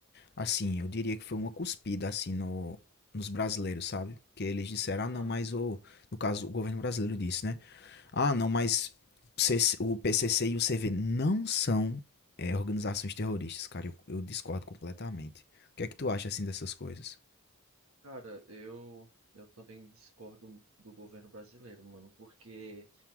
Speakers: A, on the left; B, on the right.
A: Assim, eu diria que foi uma cuspida, assim, no, nos brasileiros, sabe? Porque eles disseram, ah, não,
B: Ah,
A: mas o. No caso, o governo brasileiro disse, né? Ah, não, mas o CC o PCC e o CV não são é, organizações terroristas, cara. Eu, eu discordo completamente. O que é que tu acha, assim, dessas coisas?
B: cara, eu eu também discordo do governo brasileiro, mano, porque